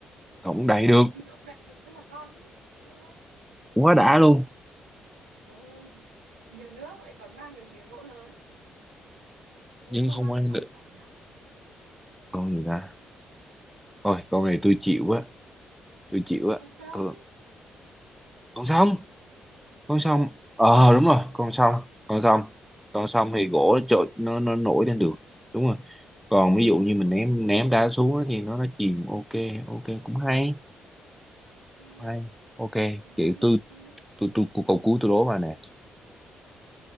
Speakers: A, in the centre; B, on the right.
A: không đầy được
B: ừ, thì động đậy thì rất là con chứ đúng không
A: quá đã luôn
B: ừ. nhiều nước lại còn mang được miếng gỗ lớn nhưng
A: nhưng
B: không
A: không
B: mang
A: ăn
B: được hòn
A: được
B: sỏi nhỏ
A: con gì ta thôi con này tôi chịu á tôi chịu á
B: con sông
A: tôi... con sông con
B: ừ
A: sông ờ đúng rồi
B: ừ.
A: con sông con sông con sông thì gỗ nó trội nó nó nổi lên được đúng rồi còn ví dụ
B: Ừ.
A: như mình ném ném đá xuống á thì nó nó chìm ok ok cũng hay
B: ok
A: hay ok vậy
B: thế
A: tôi
B: tiếp đi
A: tôi
B: tiếp đi
A: tôi, tôi câu cuối tôi đố mà nè.